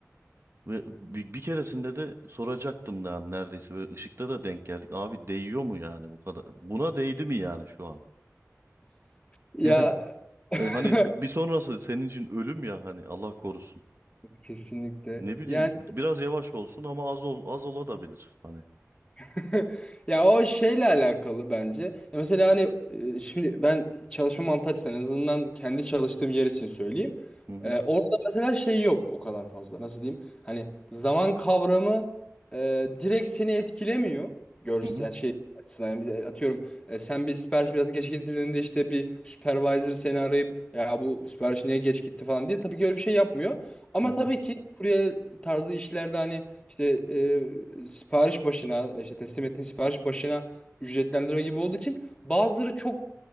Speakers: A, on the right; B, on the left.
A: ve bir, bir keresinde de soracaktım ya neredeyse ve ışıkta da denk geldik. Abi değiyor mu yani bu kadar? Buna değdi mi yani şu an? <laughs>
B: Ya
A: Yani,
B: <laughs>
A: e, hani bir sonrası senin için ölüm ya hani Allah korusun.
B: kesinlikle.
A: Ne bileyim
B: Yani
A: biraz yavaş olsun ama az ol, az olabilir hani.
B: <laughs> ya o şeyle alakalı bence. Ya mesela hani e, şimdi ben çalışma mantığı açısından en azından kendi çalıştığım yer için söyleyeyim.
A: Hı hı.
B: E, orada mesela şey yok o kadar fazla. Nasıl diyeyim? Hani zaman kavramı e, direkt seni etkilemiyor. Görsel
A: Hı hı.
B: yani şey açısından yani bir- atıyorum e, sen bir sipariş biraz geç getirdiğinde işte bir supervisor seni arayıp ya bu sipariş niye geç gitti falan diye tabii ki öyle bir şey yapmıyor. Ama
A: Hı hı.
B: tabii ki kurye tarzı işlerde hani İşte e, sipariş başına, işte teslim ettiğin sipariş başına ücretlendirme gibi olduğu için bazıları çok